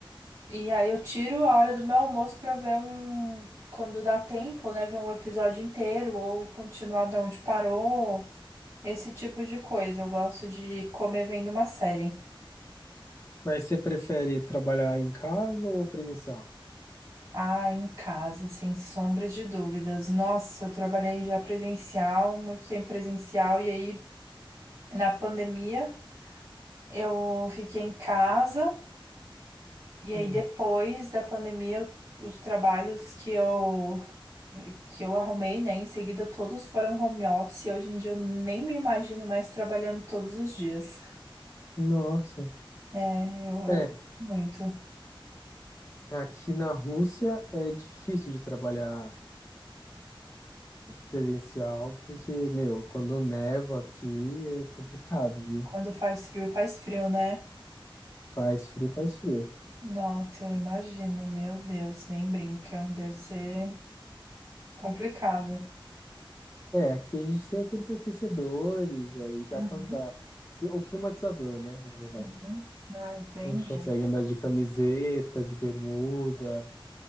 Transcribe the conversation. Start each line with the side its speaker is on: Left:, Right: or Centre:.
Right: E aí eu tiro a hora do meu almoço pra ver um. Quando dá tempo, né? Ver um episódio inteiro ou continuar da onde parou. Esse tipo de coisa. Eu gosto de comer vendo uma série.
Left: Mas você prefere trabalhar em casa ou presencial?
Right: Ah, em casa, sem sombra de dúvidas. Nossa, eu trabalhei já presencial, muito tempo presencial. E aí, na pandemia, eu fiquei em casa. E aí,
Left: Hum.
Right: depois da pandemia, eu- os trabalhos que eu que eu arrumei, né? Em seguida, todos foram home office e hoje em dia eu nem me imagino mais trabalhando todos os dias.
Left: Nossa.
Right: É, eu, eu
Left: É,
Right: muito.
Left: aqui na Rússia é difícil de trabalhar presencial, porque, meu, quando neva aqui é complicado, viu?
Right: Quando faz frio, faz frio, né?
Left: Faz frio, faz frio.
Right: Nossa, eu imagino, meu Deus, nem brinca. Deve ser complicado.
Left: É, aqui a gente tem aqueles aquecedores, aí dá
Right: Uhum,
Left: pra andar. Cli- O climatizador, né, na verdade.
Right: uhum. Ah, entendi.
Left: A gente consegue andar de camiseta, de bermuda,